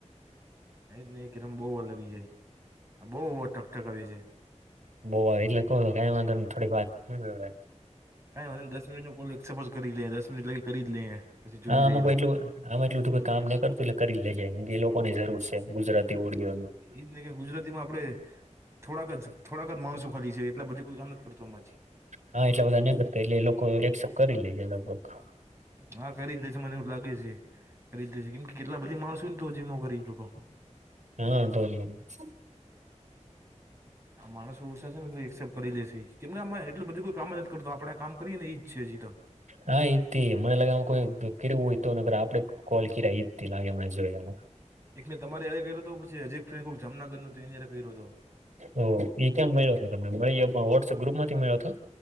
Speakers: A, on the right (about 20°); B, on the right (about 75°).
A: એ જ ને એક એકદમ બહુ ઓ લગી જાય આ બહ ઓ ટકટક આવી છે.
B: બોવા એટલે ક ક વાંધ ને થોડીક વાત- -
A: કને દસ મિટ નોલક્સપો કરી લે દસ મિનિટ લી કરી જ લઈએ. પછી જોયું
B: હામ
A: જાય
B: કોઈટું-
A: તો
B: - આમાં એટલું બધું કોઈ કામ નહી કરતું એટલે કરી લેજે એ લોકોની જરૂર છે ગુજરાતી ઓળીઓની- -
A: એજ નહી કે ગુજરાતી માં આપણે થોડાક જ થોડાક જ માણસો ખાલી છે એટલા બધા કોઈ કામ નથી જ કરતો અમાજી- -
B: હા એટલા બધા નને કરતા એટલે લોકો એસેપ કરી લે છે લગભગ- -
A: હા કરી જ દેશે મને એવું લાગે છે કરી જ દે છે કેમ કે- - કેટલા બધી માણસય ને તો હજી નોકરી લોકો- -
B: હા બો- -
A: આ માણસો ઓછા છે ને એ એક્સેપ્ટ કરી લેશે કેમ કેમાં એટલે બધું કોઈ કામ જ કરતો આપડે કામ કરીએને એ- - અચ્છા જી તો.
B: હા એ મને લાગેમાં કોઈ કેવું હોય તો આપડે- - કોલકી રહી જ લાગે મને જોઈ એમાં- -
A: એક મેં તમારે અય્યારે કર્યો હતો પછી હજીક ફ જામનગર નું તો એય કર્યો હતો.
B: ઓ એ ક્યામ મળ્યો હતો તમે મળી વોટ્સઅપ ગ્રુપ માંથી મે્યો હતો.